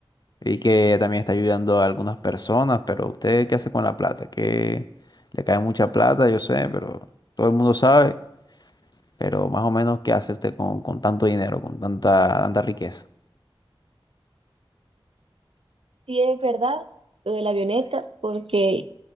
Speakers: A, on the left; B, on the right.
A: Y que también está ayudando a algunas personas, pero ¿usted qué hace con la plata? Que le cae mucha plata, yo sé, pero todo el mundo sabe. Pero más o menos, ¿qué hace usted con, con tanto dinero, con tanta, tanta riqueza?
B: Sí, es verdad, lo de la avioneta, porque